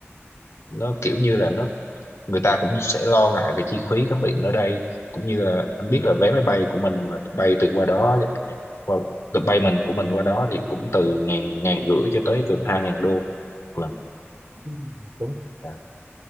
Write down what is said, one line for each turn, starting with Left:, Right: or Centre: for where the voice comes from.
Left: nó kiểu như là nó người ta cũng sẽ lo ngại về chi phí khám bệnh ở đây cũng như là anh biết là vé máy bay của mình mà bay từ qua đó qua từ bay mình của mình qua đó thì cũng từ ngàn ngàn rưỡi cho tới gần hai ngàn đô một lần
Right: Ừ, đúng rồi.
Left: Dạ.